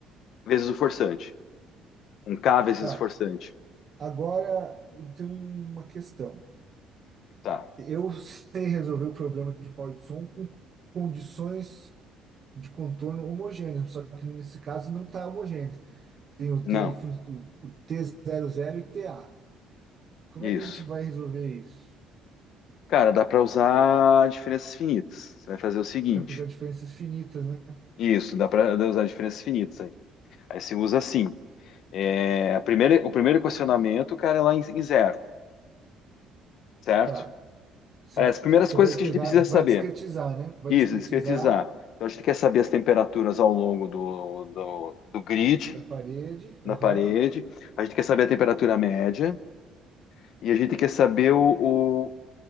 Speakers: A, on the left (about 65°); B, on the right (about 35°).
A: vezes o forçante. Um K vezes
B: tá.
A: o forçante.
B: Agora eu tenho uma questão.
A: Tá.
B: Eu sei resolver o problema de Poisson com condições de contorno homogêneas, só que nesse caso não está homogêneo. Tem, o- tem
A: Não,
B: a fun- o o t zero zero e t a Como
A: isso.
B: é que a gente vai resolver isso?
A: Cara, dá para usar diferenças finitas. Você vai fazer o seguinte.
B: Dá para usar diferenças finitas, né?
A: Isso, dá para usar diferenças finitas aí. Aí você usa assim. É, a primeira, o primeiro questionamento, cara, é lá em, em zero, certo?
B: Tá, certo.
A: Aliás, as primeiras
B: Você
A: coisas
B: vai
A: que
B: pegar,
A: a gente precisa saber.
B: vai discretizar, né? Vai
A: Isso,
B: discretizar
A: discretizar. Então, a gente quer saber as temperaturas ao longo do, do, do grid,
B: da parede.
A: na
B: Aham.
A: parede. A gente quer saber a temperatura média. E a gente quer saber o, o,